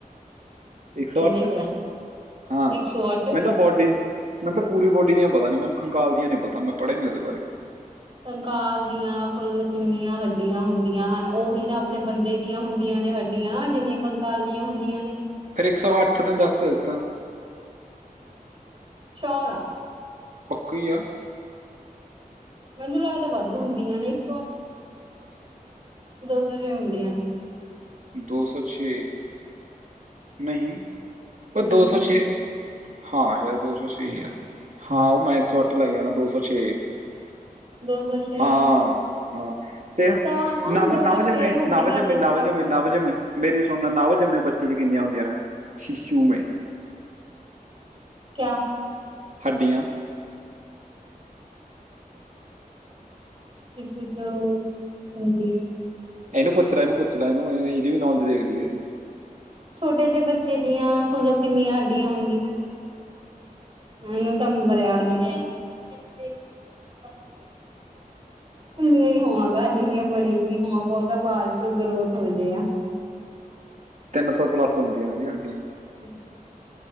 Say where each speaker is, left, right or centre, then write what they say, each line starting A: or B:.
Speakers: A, on the right; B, on the right.
A: ਇੱਕ ਸੌ
B: ਕਿੰਨੇ
A: ਅੱਠ?
B: ਗਿਆ
A: ਹਾਂ,
B: ਇੱਕ ਸੌ ਅੱਠ
A: ਮੈ ਤਾਂ ਬੋਡੀ ਮੈਨ ਤਾਂ ਪੂਰੀ ਬੋਡੀ ਦੀਆਂ ਪਤਾ ਨੇ। ਮੈਨ ਕੰਕਾਲ ਦੀਆਂ ਨਈ ਪਤਾ, ਮੈਂ ਪੜਿਆ ਨੀ ਓਹਦੇ ਬਾਰੇ।
B: ਕੰਕਾਲ ਦੀਆਂ ਕੁੁੱਲ ਕਿੰਨੀਆਂ ਹੱਡੀਆਂ ਹੁੰਦੀਆਂ ਹਨ? ਓਹੀ ਤਾਂ ਆਪਣੇ ਬੰਦੇ ਦੀਆਂ ਹੁੰਦੀਆਂ ਨੇ ਹੱ ਈਆਂ ਜਿੰਨੀਆਂ ਕੰਕਾਲ ਦੀਆਂ ਹੁੰਦੀਆਂ ਨੇ।
A: ਫੇਰ ਇੱਕ ਸੌ ਅੱਠ ਤੈਨ ਦੱਸ ਤੇ ਦਿੱਤਾ।
B: ਚਾਰ ਆਂ
A: ਕੀਆ
B: ਮੈਨੂੰ ਲੱਗਦਾ ਵੱਦ ਹੁੰਦੀਆਂ ਨੇ ਇੱਕ ਸੌ ਅੱਠ, ਦੋ ਸੌ ਛੇ ਹੁੰਦੀਆਂ ਨੇ।
A: ਦੋ ਸੌ ਛੇ ਨਹੀਂ ਪਰ ਦੋ
B: ਹੂੰ
A: ਸੌ ਛੇ ਹਾਂ, ਸ਼ੈਦ ਦੋ ਸੌ ਛੇ ਈ ਆ। ਹਾਂ, ਓਹ ਮੈਂ ਇੱਕ ਸੌ ਅੱਠ ਲਾਈ ਜਾਨਾ, ਦੋ ਸੌ ਛੇ।
B: ਦੋ ਸੌ ਛ
A: ਹਾਂ ਹਾਂ ਤੇ
B: ਹਨਾ
A: ਨੱਵ
B: ਦੋ
A: ਨੱਵ
B: ਸੌ ਛੇ
A: ਜੰਮੇ,
B: ਹੱਡੀਆਂ
A: ਨੱਵ ਜੰਮੇ,
B: ਦੇ
A: ਨੱਵ
B: ਨਾਲ
A: ਜੰਮੇ, ਨੱਵ ਜੰਮੇ ਮੇਰੀ ਸੁਨ, ਨੱਵ ਜੰਮੇ ਬੱਚੇ ਚ ਕਿੰਨੀਆਂ ਹੁੰਦੀਆਂ ਨੇ, ਸ਼ੀਸ਼ੂ ਮੇ?
B: ਕਿਆ?
A: ਹੱਡੀਆਂ
B: ਸ਼ੀਸ਼ੂ ਤੋਂ ਹੱਡੀ
A: ਐਨੂੰ ਪੁੱਛ ਲੈ ਐਨੂੰ ਪੁੱਛ ਲੈ ਐਨੂੰ, ਐਹਦੀ ਵੀ ਨੌਲੇਜ ਦੇਖ ਲਈਏ
B: ਛੋਟੇ ਜੇਹੇ ਬੱਚੇ ਦੀਆਂ ਕੁੱਲ ਕਿੰਨੀਆਂ ਹਡੀਆਂ ਹੁੰਦੀਆਂ ਨੇ? ਮੈਨੂੰ ਤਾਂ ਮਰਿਆੜਨ ਦੀ ਪਤਾ ਉਨੀਆਂ ਈ ਹੋਵਾਂਗਾ ਜਿਨੀਆਂ ਬੜੇ ਕੀ ਹੋਵਾਂ। ਵੋ ਤਾਂ ਬਾਦ ਚੋ ਗਰੋਥ ਹੋ ਜਾਏ ਆ।
A: ਤਿੰਨ ਸੌ ਪਲੱਸ ਹੁੰਦੀ ਨੇ ਜੀ ਹੱਡੀਆਂ
B: ਹੁੰ